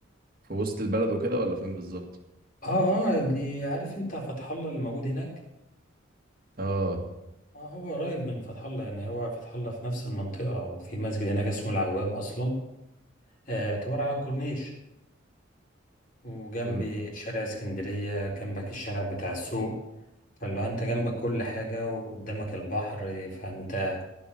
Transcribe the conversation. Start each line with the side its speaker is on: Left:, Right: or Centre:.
Right: في وسط البلد وكده ولا فين بالظبط؟
Left: اه اه دي عارف انت فتح الله اللي موجود هناك
Right: اه
Left: اه هو قريب من فتح الله يعني هو فتح الله في نفس المنطقة وفي مسجد هناك اسمه العوام أصلا آه، يعتبر على الكورنيش وجنبي
Right: مم.
Left: شارع اسكندرية جنبك الشارع بتاع السوق فاللي هو انت جنبك كل حاجة وقدامك البحر فانت